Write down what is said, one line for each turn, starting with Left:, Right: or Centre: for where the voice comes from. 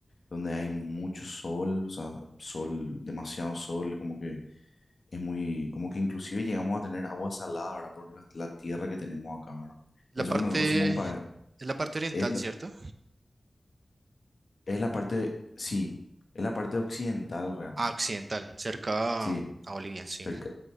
Left: donde hay mucho sol, o sea, sol, demasiado sol, como que es muy, como que inclusive llegamos a tener agua salada, ¿verdad? Por la, la tierra que tenemos acá, ¿verdad?
Right: la
Left: Eso
Right: parte,
Left: que nosotros somos un país,
Right: es la parte oriental,
Left: es, no-
Right: ¿cierto?
Left: es la parte, sí, es la parte occidental realmente,
Right: Ah, occidental, cerca
Left: sí,
Right: a, a Bolivia, sí.
Left: cerca,